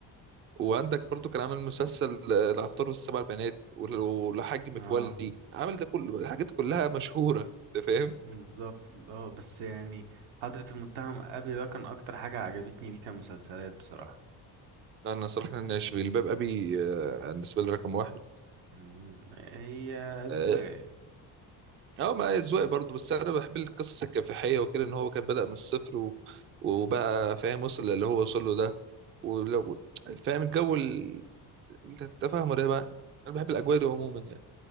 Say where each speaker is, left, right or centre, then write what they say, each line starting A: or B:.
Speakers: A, on the right (about 30°); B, on the right (about 80°).
A: وعندك برضه كان عامل مسلسل آه، العطار والسبع بنات وال- والحاج متولي
B: اه
A: عامل ده كل الحاجات كلها مشهوره انت فاهم
B: بالظبط اه بس يعني حضرة المتهم أبي ده كان أكتر حاجة عجبتني ليه كمسلسلات بصراحة
A: انا صراحه انا في الباب ابي آه، بالنسبه لي رقم واحد
B: مم، هي أذواق
A: اه
B: يعني.
A: آه، ما اذواق برضه بس انا بحب القصص الكفاحيه وكده ان هو كان بدأ من الصفر و- وبقى فاهم وصل اللي هو وصل له ده ولو فاهم الجو ال- التفاهم ده بقى انا بحب الاجواء دي عموما يعني.